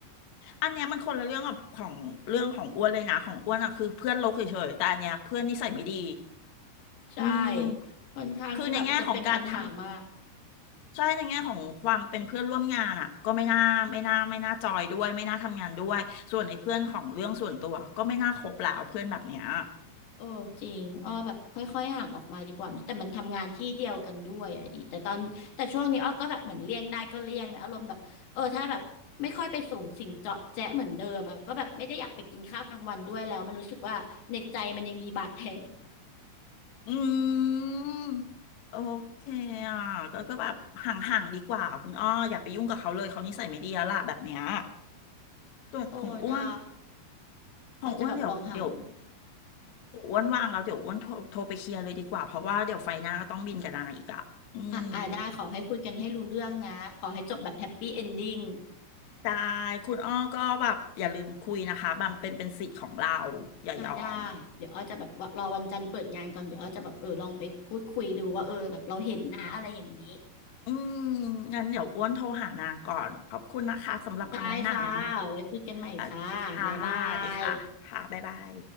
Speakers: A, on the left; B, on the left.
A: อันเนี้ยมันคนละเรื่องกับของเรื่องของอ้วนเลยนะของอ้วนอ่ะคือเพื่อนโลกเฉยๆแต่อันเนี้ยเพื่อนนิสัยไม่ดี
B: ใช่
A: อืม
B: ค่อนข้างที่แบบจะเป็นปัญหามาก
A: คือในแง่ของการทำใช่ในแง่ของความเป็นเพื่อนร่วมงานอ่ะก็ไม่น่าไม่น่าไม่น่าจอยด้วยไม่น่าทำงานด้วยส่วนไอ้เพื่อนของเรื่องส่วนตัวก็ไม่น่าคบแล้วเพื่อนแบบเนี้ย
B: เออจริงอ้อแบบค่อยๆห่างออกมาดีกว่า แต่มันทำงานที่เดียวกันด้วยอะดิแต่ตอนแต่ช่วงนี้อ้อก็แบบเหมือนเลี่ยงได้ก็เลี่ยงนะอารมณ์แบบเออถ้าแบบไม่ค่อยไปสูงสิงเจาะแจ๊ะเหมือนเดิมอะก็แบบไม่ได้อยากไปกินข้าวกลางวันด้วยแล้วมันรู้สึกว่าในใจมันยังมีบาดแผล
A: อืมโอเคอ่ะก็ก็แบบห่างๆดีกว่าคุณอ้ออย่าไปยุ่งกับเขาเลยเขานิสัยไม่ดีแล้วล่ะแบบเนี้ย
B: <laughs>
A: ส่วนของอ้วน
B: โอ้ได้
A: ของอ้วนเดี๋ยวเดี๋ยว
B: อ้อจะแบบลองห่าง
A: เดี๋ยวอ้วนว่างแล้วเดี๋ยวอ้วนโทรโทรไปเคลียร์เลยดีกว่าเพราะว่าเดี๋ยวไฟหน้าก็ต้องบินกับนางอีกอ่ะอืม
B: อ่ะอ่ะได้ขอให้คุยกันให้รู้เรื่องนะขอให้จบแบบแฮปปี้เอนดิ้ง
A: ได้คุณอ้อก็แบบอย่าลืมคุยนะคะบัมเป็นเป็นสิทธิ์ของเราอย่ายอม
B: อ่ะได้เดี๋ยวอ้อจะแบบว่ารอวันจันทร์เปิดงานก่อนเดี๋ยวอ้อจะแบบเออลองไปพูดคุยดูว่าเออแบบเราเห็นนะอะไรอย่างนี้
A: อืมงั้นเดี๋ยวอ้วนโทรหานางก่อนขอบคุณนะคะสำหรับคำแนะนำ
B: ได้ค่ะ ไว้คุยกันใหม่ค่ะบ๊ายบา
A: โอเคค่ะดีค่ะค่ะบ๊ายบาย
B: ย